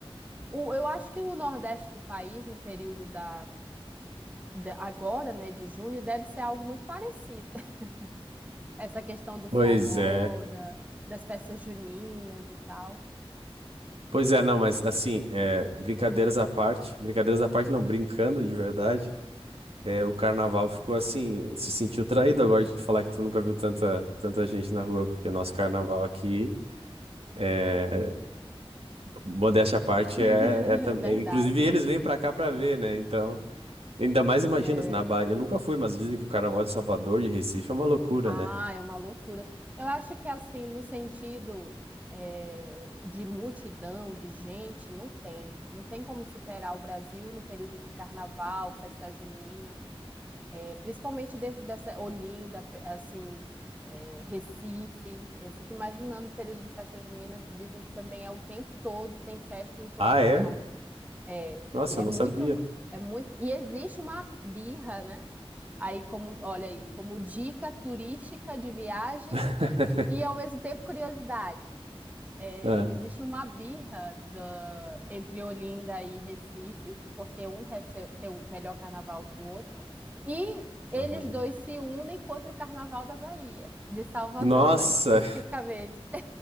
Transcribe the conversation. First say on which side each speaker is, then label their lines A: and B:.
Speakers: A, on the right (about 15°); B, on the right (about 75°).
A: O- eu acho que o Nordeste do país, no período da, da- agora, né, de junho, deve ser algo muito parecido. <laughs> Essa questão do forró,
B: Pois é.
A: da- das festas juninas e tal.
B: Pois é, não, mas assim, é, brincadeiras à parte, brincadeiras à parte, não, brincando de verdade, é, o carnaval ficou assim, se sentiu traído agora de falar que tu nunca viu tanta, tanta gente na rua, porque nosso carnaval aqui. é, Modéstia à parte
A: <laughs>
B: é, é, tam-
A: É verdade.
B: é- inclusive eles vêm pra cá pra ver, né? Então, ainda mais imagina
A: É.
B: se na Bahia. Eu nunca fui, mas dizem que o Carnaval de Salvador de Recife é uma loucura,
A: Ah,
B: né?
A: é uma loucura. Eu acho que assim, no sentido é, de multidão, de gente, não tem. Não tem como superar o Brasil no período de carnaval, festa junina. É, principalmente dentro dessa Olinda, pe- assim, é, Recife. Eu fico imaginando o período de festa junina que dizem que também é o tempo todo, tem festa em todo
B: Ah,
A: lugar.
B: é?
A: É,
B: Nossa,
A: é
B: eu não
A: muito,
B: sabia.
A: é muito. E existe uma birra, né? Aí, como, olha aí, como dica turística de viagem
B: <laughs>
A: e ao mesmo tempo curiosidade. É,
B: Ah,
A: existe uma birra da- entre Olinda e Recife, porque um quer ser- ter o melhor carnaval que o outro, e eles
B: uhum.
A: dois se unem contra o carnaval da Bahia, de Salvador,
B: Nossa,
A: mais especificamente.